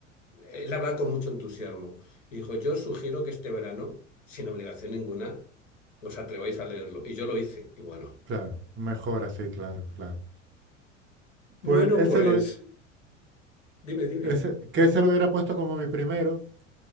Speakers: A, on the left (about 80°); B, on the right (about 30°).
A: él hablaba con mucho entusiasmo y dijo, yo os sugiero que este verano, sin obligación ninguna, os atreváis a leerlo. Y yo lo hice. Y bueno,
B: claro. Mejor así, claro, claro.
A: bueno,
B: Pues ese,
A: pues
B: lo-
A: dime, dime.
B: ese- que ese lo hubiera puesto como mi primero